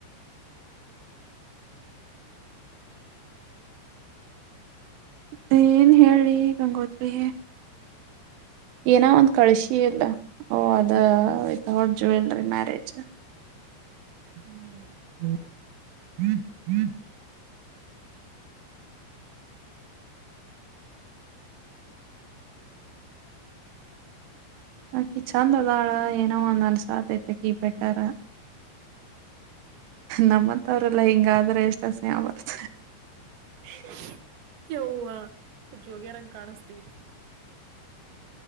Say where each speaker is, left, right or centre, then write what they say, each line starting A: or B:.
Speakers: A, on the right (about 85°); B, on the right (about 70°).
A: ನ ಏನ್ ಹೇಳಿ ಗಂಗೋತ್ರಿ. ಏನ ಒಂದ್ ಕಳ್ಸಿ ಇಲ್ಲ ಓ ಅದ ವಿತೌಟ್ ಜುವೆಲ್ರಿ ಮ್ಯಾರೇಜ್.
B: ಹ್ಮ
A: <inaudible> ಅಕಿ ಚಂದ ಅದಾಳ ಏನೋ ಒಂದ ಅನ್ಸಕತೈತೆ ಆಕಿ ಬೆಟರ. ನಮ್ಮಂತವ್ರಲ್ಲಾ ಹಿಂಗಾದ್ರೆ ಎಷ್ಟ ಅಸಹ್ಯ ಬರ್ತ.
B: ಹಾ ಯವ್ವಾ ಜೋಗೆರಂಗೆ ಕಾಣಿಸ್ತೀವಿ.